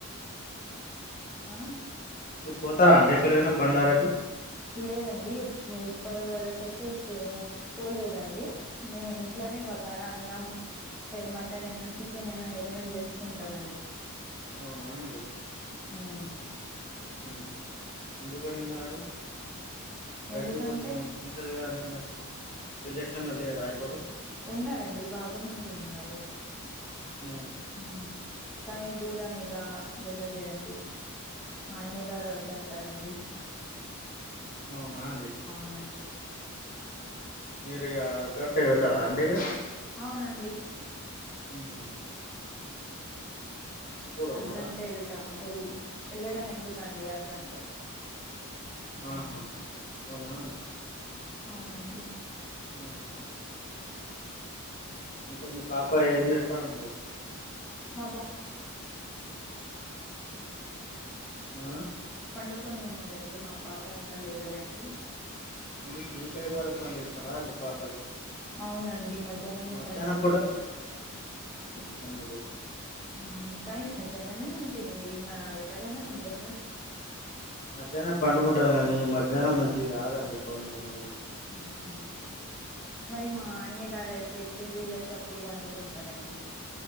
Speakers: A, in the centre; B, on the left.
A: ఆ
B: మీరు పోతారా అండి ఎక్కడికైనా బండారాకి
A: లేదండి ఇప్పటు వరకు అయితే పో పోలేదండి మేము ఇంట్ల నే బగారా అన్నం మటన్ అయినా చికెన్ అయినా ఏదైనా చేసుకుంటామండి
B: అవునా అండి
A: మ్
B: అహ ఎందుకండి మరల బయటకి
A: ఎందుకంటే
B: పోతే మంచిగా ఉంటది కదండీ మరి రిలేషన్ లో లేరా ఎవ్వరు
A: ఉన్నారండి బాగా మంది ఉన్నారు
B: మ్
A: ఉమ్ కానీ దూరం ఇగ వెళ్ళలే అండి మా ఆయన్న గారు వద్దంటారండి
B: అవునా అండి
A: అవునండి
B: మీరిగ అే వెళ్ళరా అండి ఇగ
A: అవునండి
B: హహ
A: అద్ధంటే
B: ఉన్నారా
A: వెళ్తాము వెల్ వెళ్ళడం ఎందుకండి అద్ధంటే
B: ఆహా అవునా
A: అవునండి
B: ఉహు. ఇంకా మీ పాప ఏం చేస్తదండి
A: మా బా
B: ఆ
A: పండుకొనే ఉన్నదండి మా పాప ఇంకా లేవలే అండి.
B: మళ్ళీ గీ టైమ్ వరకు పండిస్తారా అండి పాపకి
A: అవునండి మధ్యాహ్నమే
B: మధ్యాహ్నం
A: పండుకుంటది.
B: పనోడు
A: మ్ కని మధ్యాహ్నమే మంచిదండి మా ఎవరైన మధ్యా
B: మధ్యాహ్నం పండుకుంటరు గనీ మధ్యాహ్నం మంచిది కాదండి. పనులు
A: అవునా మరి మా ఆయన గారైతే ఎప్పుడు వీలైతే అప్పుడు వండుకుంటరండి.